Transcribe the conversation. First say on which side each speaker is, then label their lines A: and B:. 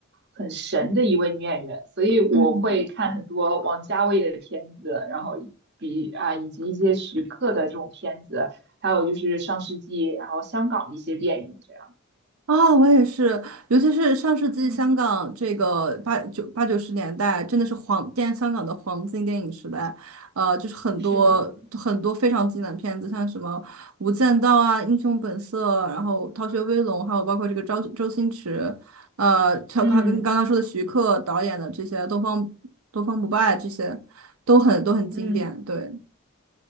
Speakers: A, on the right (about 50°); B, on the right (about 80°).
A: 很神的一位女演员，所以我会看很多王家卫的片子，
B: 嗯。
A: 然后比啊以及一些徐克的这种片子，还有就是上世纪然后香港的一些电影这样。
B: 啊，我也是，尤其是上世纪香港这个八九八九十年代，
A: 嗯，
B: 真的是黄电香港的黄金电影时代，呃，就是很多很多非常经典的片子，
A: 是的。
B: 像什么《无间道》啊，《英雄本色》，然后《逃学威龙》，还有包括这个周周星驰，呃，他刚跟刚刚说的徐克导演的这些《东方东方不败》这些，
A: 嗯
B: 都很都很经典，
A: 嗯。
B: 对，